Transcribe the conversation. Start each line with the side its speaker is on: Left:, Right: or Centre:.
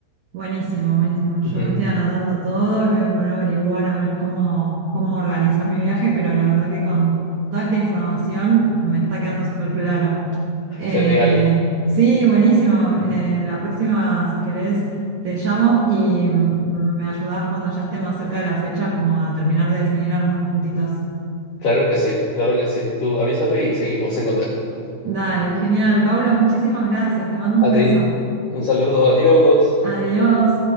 Right: Buenísimo, buenísimo. Yo
Left: Ujú,
Right: me estoy anotando todo y voy a poner a averiguar a ver cómo, cómo organizar mi viaje, pero la verdad que con toda esta información me está quedando súper claro. Eh,
Left: Genial.
Right: sí, buenísimo. Eh, la próxima, si querés, te llamo y mm, me ayudás cuando ya esté más cerca de la fecha, como a terminar de definir algunos puntitos.
Left: Claro que sí, claro que sí. Tú avísame y seguimos en contacto.
Right: Dale, genial. Pablo, muchísimas gracias. Te mando un
Left: A
Right: beso.
Left: ti, un saludo, adiós.
Right: Adiós.